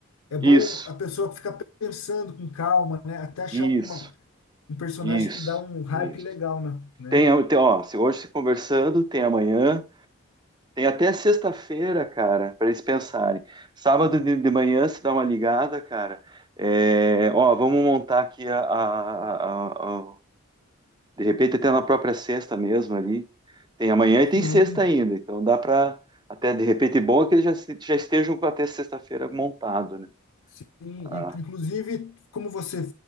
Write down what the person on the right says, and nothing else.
Isso,
isso,
isso,
isso.
Tem, a- tem, ó, se hoje se conversando, tem amanhã, tem até sexta-feira, cara, para eles pensarem. Sábado de, de manhã se dá uma ligada, cara. É, ó, vamos montar aqui a, a, a- a- De repente, até na própria sexta mesmo ali. Tem amanhã e tem
sexta ainda. Então dá para. Até de repente, bom é que eles já, se- já estejam com até sexta-feira montado, né?
Ah,